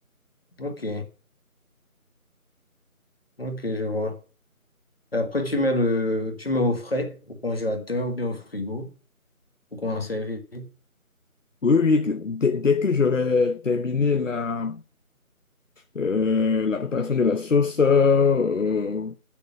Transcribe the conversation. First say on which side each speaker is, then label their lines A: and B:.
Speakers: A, on the left; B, on the left.
A: Ok, ok, je vois. Et après, tu mets le, tu mets au frais, au congélateur ou bien au frigo pour conserver.
B: Oui, oui, dès, dès que j'aurai terminé la Euh, la préparation de la sauce, euh,